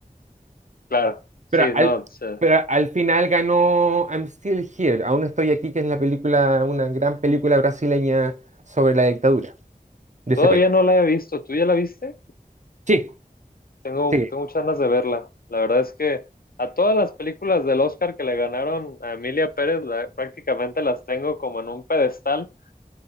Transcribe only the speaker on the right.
Pero al,
pero al final ganó I'm Still Here, aún estoy aquí, que es la película, una gran película brasileña sobre la dictadura de
ese país.
Sí,
sí,